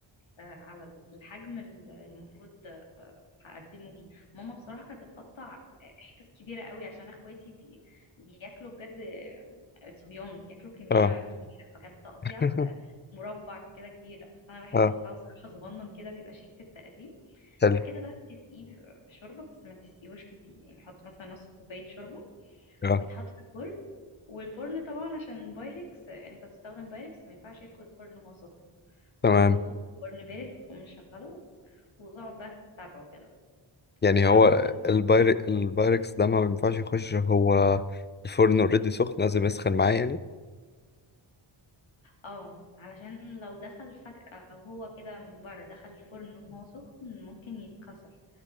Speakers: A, on the left; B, on the left.
A: آه، على الحجم ال- اللي المفروض آه، هقدمه بيه ماما بصراحة كانت بتقطع آه، حتت كبيرة قوي عشان اخواتي بي... بياكلوا بجد آه، صبيان بياكلوا كمية
B: اه
A: كبيرة فكانت التقطيعة
B: <laughs>
A: بتبقى مربع كده كبير بس انا بحب
B: اه
A: اقطعه صراحة صغنن كده بيبقى شيك في التقديم
B: حلو
A: بعد كده بقى بتسقيه ب- بشوربة بس ما تسقيهوش كتير يعني حط مثلا نص كوباية شوربة
B: اه
A: ويتحط في الفرن والفرن طبعا عشان بايركس آه، انت بتستخدم بايركس ما ينفعش يدخل الفرن وهو سخن
B: تمام
A: فهتحطه في فرن بارد وتقوم مشغله وتقعد بقى تتابعه كده
B: يعني
A: فعلا
B: هو الباير البايركس ده ما ينفعش يخش هو الفرن اوريدي سخن لازم يسخن معاه يعني
A: اه علشان لو دخل فجأة وهو كده من بره دخل الفرن وهو سخن ممكن يتكسر